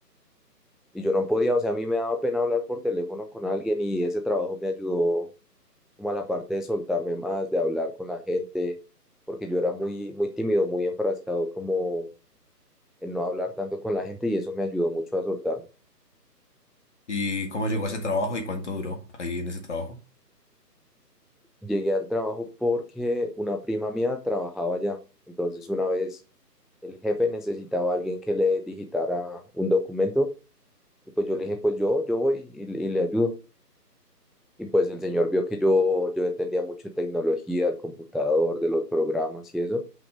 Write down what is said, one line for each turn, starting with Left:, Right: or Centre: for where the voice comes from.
Centre: Y yo no podía, o sea, a mí me daba pena hablar por teléfono con alguien y ese trabajo me ayudó como a la parte de soltarme más, de hablar con la gente, porque yo era muy, muy tímido, muy enfrascado como en no hablar tanto con la gente y eso me ayudó mucho a soltarme.
Left: ¿Y cómo llegó a ese trabajo y cuánto duró ahí en ese trabajo?
Centre: Llegué al trabajo porque una prima mía trabajaba allá, entonces una vez el jefe necesitaba a alguien que le digitara un documento y pues yo le dije, pues yo, yo voy y, y le ayudo. Y pues el señor vio que yo, yo entendía mucho de tecnología, del computador, de los programas y eso.